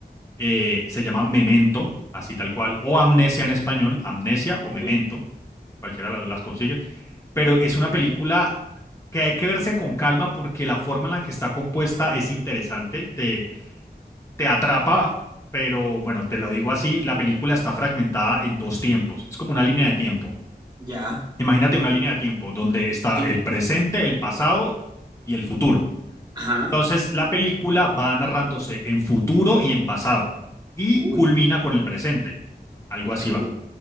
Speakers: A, on the left; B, on the right.
A: eh, se llama Memento, así tal cual, o Amnesia en español, Amnesia
B: Ok.
A: o Memento, cualquiera de las, las consigue, pero es una película que hay que verse con calma porque la forma en la que está compuesta es interesante, te, te atrapa, pero bueno, te lo digo así, la película está fragmentada en dos tiempos, es como una línea de tiempo.
B: Ya.
A: Imagínate una línea de tiempo donde está
B: Sí.
A: el presente, el pasado y el futuro.
B: Ajá.
A: Entonces, la película va narrándose en futuro y en pasado y
B: Uy.
A: culmina con el presente. Algo
B: Ok.
A: así va.